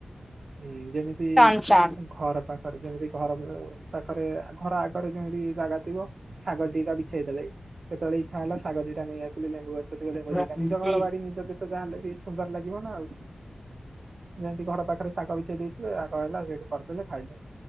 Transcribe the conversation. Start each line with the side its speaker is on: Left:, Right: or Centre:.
Right: ହୁଁ ଯେମିତି
Centre: ଟାଣ ଟାଣ।
Right: ଘର ପାଖରେ ଯେମିତି ଘର <unintelligible> ପାଖରେ ଘର ଆଗରେ ଯେମିତି ଜାଗା ଥିବ। ଶାଗ ଦି ଟା ବି ଛେଇଦେଲେ ଯେତେବେଳେ ଇଚ୍ଛା ହେଲା ଶାଗ ଦିଟା ନେଇ ଆସିଲେ। ଲେମ୍ୱୁ ଗଛଥିବ ଲେମ୍ବୁ
Centre: ହୁଁ
Right: ଦିଟା ନିଜ ଘର ବାଡି ନିଜ ତ ଗାଁ ଟା ବି ସୁନ୍ଦର ଲାଗିବ ନା ଆଉ। ଯେମତି ଘର ପାଖରେ ଶାଗ ବିଛେଇ ଦେଇଥିବେ। ଶାଗ ହେଲା ସେଠି କରିଦେଲେ ଖାଇଲେ।